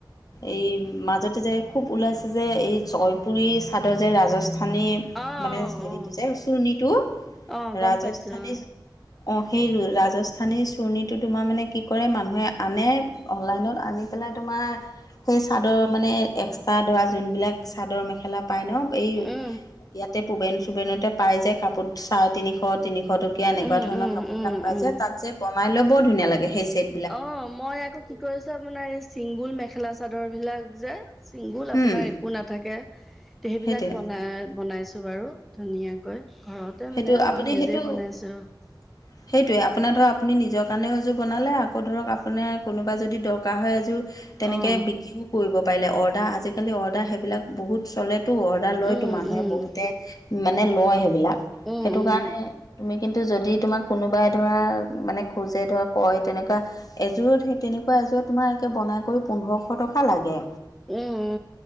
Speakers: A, on the left (about 50°); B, in the centre.
A: এই মাজতে যে খুব ওলাইছে যে এই জয়পুৰি চাদৰ যে ৰাজস্থানী
B: অ
A: মানে হেৰিটো
B: অ
A: যে চুৰনিটো,
B: অ গম
A: ৰাজস্থানী
B: পাইছো
A: অ', সেই ৰাজস্থানী চুৰৰ্ণিটো তোমাৰ মানে কি কৰে মানুহে আনে। অনলাইনত আনি পেলাই তোমাৰ সেই চাদৰ মানে এক্সট্ৰা ধৰা, যোনবিলাক চাদৰ মেখেলা পায় ন। এই
B: অ
A: ইয়াতে পোবেন চোবেনতে পাই যায় কাপোৰত চাৰে তিনিশ, তিনিশ কে এনেকুৱা
B: উম
A: ধৰণৰ
B: উম উম
A: কাপোৰবিলাক
B: উম
A: পাই
B: উম
A: যে, তাত যে বনাইলৈ বৰ ধুনীয়া লাগে। সেই চেট
B: অ', মই আকৌ কি কৰিছো, আপোনাৰ এই চিংগুল মেখেলা চাদৰ বিলাক যে ছিংগুল আপোনাৰ
A: উম
B: একো নাথাকে, সেইবিলাক
A: সেইটোৱে
B: বনাই বনাইছোঁ বাৰু। ধুনীয়াকৈ ঘৰতে
A: সেইটো
B: মানে
A: আপুনি
B: মই নিজেই
A: সেইটো
B: বনাইছোঁ।
A: <inaudible> সেইটোৱে আপোনাৰ ধৰক আপুনি নিজৰ কাৰণেও এযোৰ বনালে, আকৌ ধৰক আপোনাৰ কোনোবা যদি দৰকাৰ হয় এযোৰ তেনেকে
B: অ'
A: বিক্ৰীও কৰিব পাৰিলে, অৰ্ডাৰ আজিকালি অৰ্ডাৰ সেইবিলাক বহুত চলে টো অৰ্ডাৰ লয়তো
B: উম
A: মানুহে
B: উম
A: বহুতে মানে লয়, সেইবিলাক
B: উম
A: সেইটো
B: উম
A: কাৰণে তুমি কিন্তু যদি তোমাক কোনোবাই ধৰা মানে, খোজে ধৰা কয় তেনেকুৱা এযোৰত সেই তেনেকুৱা এযোৰত তোমাৰ একে বনাই কৰি পোন্ধৰশ টকা লাগে।
B: উম, উম।